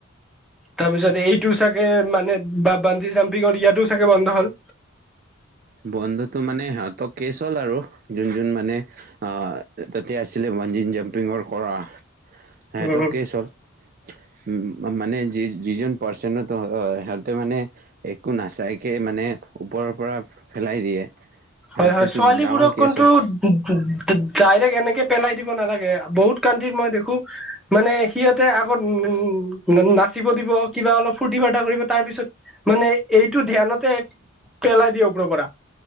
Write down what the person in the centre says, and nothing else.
তাৰপিছত এইটো চাগে মানে বা বাঞ্জি জাম্পিঙত ইয়াতো চাগে বন্ধ হ'ল।
<inaudible>
<inaudible>
হয় হয় ছোৱালীবোৰক
কোনটো
<unintelligible> ডাইৰেক্ট এনেকে পেলাই দিব নালাগে বহুত কানট্ৰিত মই দেখো মানে সিহঁতে আগত <unintelligible> না নাচিব দিব কিবা অলপ ফূৰ্তি ফাৰ্তা কৰিব তাৰ পিছত মানে এইটো ধ্যানতে পেলাই দিয় ওপৰৰ পৰা।